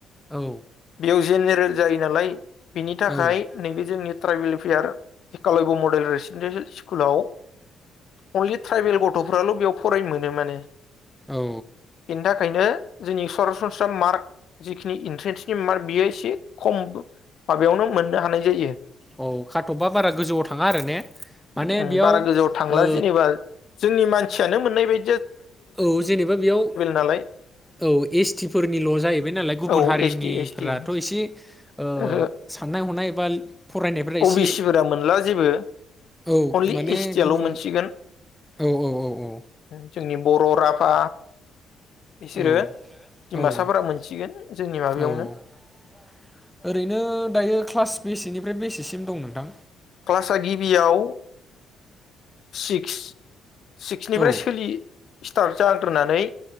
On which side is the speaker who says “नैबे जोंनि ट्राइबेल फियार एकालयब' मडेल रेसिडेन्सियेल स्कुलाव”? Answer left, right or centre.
Left